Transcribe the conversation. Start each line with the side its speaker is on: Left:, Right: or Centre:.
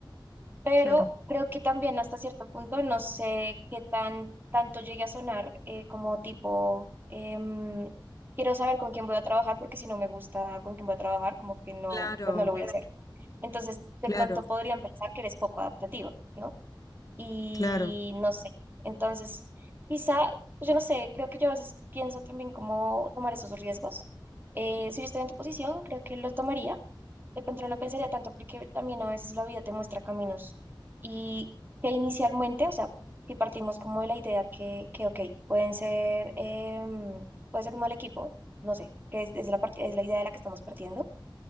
Right: pero
Left: Claro.
Right: creo que también hasta cierto punto no sé qué tan tanto llegue a sonar eh, como tipo, em, quiero saber con quién voy a trabajar porque si no me gusta con quién voy a trabajar, como que no,
Left: Claro,
Right: pues no lo voy a hacer. Entonces,
Left: claro,
Right: de pronto podrían pensar que eres poco adaptativo, ¿no? Y
Left: claro.
Right: no sé. Entonces, quizá, pues yo no sé, creo que yo a veces pienso también cómo tomar esos riesgos. Eh, si yo estuviera en tu posición, creo que lo tomaría de pronto no lo pensaría tanto porque también a veces la vida te muestra caminos y que inicialmente, o sea, si partimos como de la idea que, que ok, pueden ser, em, puede ser un mal equipo, no sé, que es, es la, part- es la idea de la que estamos partiendo,